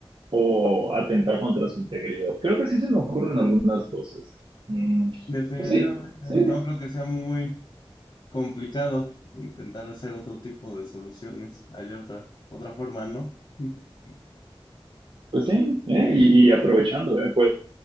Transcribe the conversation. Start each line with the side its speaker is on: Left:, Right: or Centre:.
Right: o atentar contra su integridad. Creo que sí se me ocurren algunas cosas. Mm,
Left: Definitivamente,
Right: pues sí, sí,
Left: no creo que sea muy... complicado intentar hacer otro tipo de soluciones. Hay otra, otra forma, ¿no? <laughs>
Right: pues sí, ¿eh? Y, y aprovechando, ¿eh? Puedo,